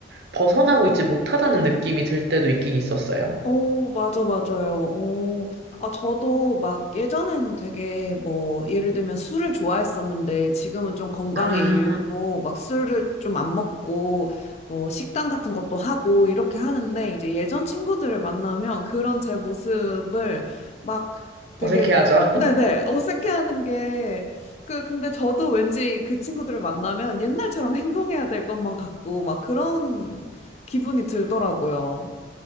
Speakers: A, on the right; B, on the left.
A: 벗어나고 있지 못하다는 느낌이 들 때도 있긴 있었어요.
B: 어, 맞아, 맞아요. 어, 아, 저도 막 예전에는 되게 뭐, 예를 들면 술을 좋아했었는데 지금은 좀 건강의
A: 아,
B: 이유로 막 술을 좀 안 먹고 뭐 식단 같은 것도 하고 이렇게 하는데 이제 예전 친구들을 만나면 그런 제 모습을 막 되게,
A: 어색해하죠.
B: 네네, 어색해하는 게 그, 근데 저도 왠지 그 친구들을 만나면 옛날처럼 행동해야 될 것만 같고 막 그런 기분이 들더라고요.